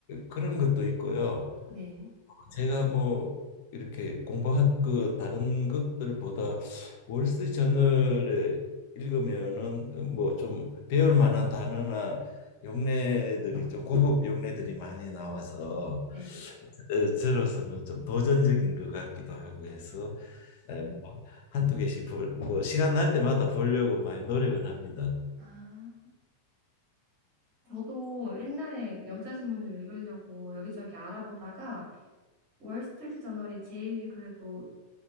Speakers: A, on the left; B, on the right.
A: 그런 것도 있고요.
B: 네.
A: 제가 뭐 이렇게 공부하 그 다른 것들보다 월스 저널에 읽으면은 뭐 좀 배울 만한 단어나 용례들이 좀 고급 용례들이 많이 나와서
B: 네.
A: 어, 저로서는 좀 도전적인 것 같기도 하고 해서 에, 뭐 한두 개씩 볼, 뭐 시간 날 때마다 보려고 많이 노력은 합니다.
B: 아, 저도 옛날에 영자신문 좀 읽으려고 여기저기 알아보다가 월스트리트 저널이 제일 그래도